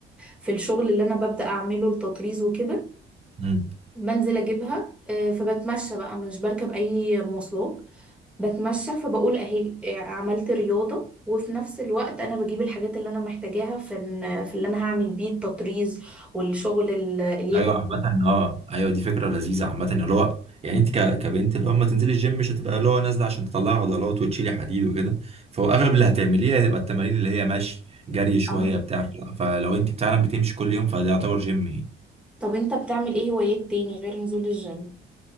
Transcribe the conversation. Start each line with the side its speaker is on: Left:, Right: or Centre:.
Centre: في الشغل اللي انا ببدأ اعمله التطريز وكده
Right: امم
Centre: بنزل اجيبها آه، فبتمشى بقى مش بركب اي مواصلات بتمشى فبقول اهي آه، عملت رياضة وفي نفس الوقت انا بجيب الحاجات اللي انا محتاجاها في إن- في اللي انا هعمل بيه التطريز والشغل ال- اليدوي
Right: ايوه عامة اه ايوه دي فكرة لذيذة عامة اللي هو يعني انت ك... كبنت اللي هو اما تنزلي الجيم مش هتبقى اللي هو نازلة عشان تطلعي عضلات وتشيلي حديد وكده فهو اغلب اللي هتعمليه هتبقى التمارين اللي هي ماشي جري شوية
Centre: صح
Right: بتاع فلو انت فعلا بتمشي كل يوم فده يعتبر جيم يعني.
Centre: طب انت بتعمل ايه هوايات تاني غير نزول الجيم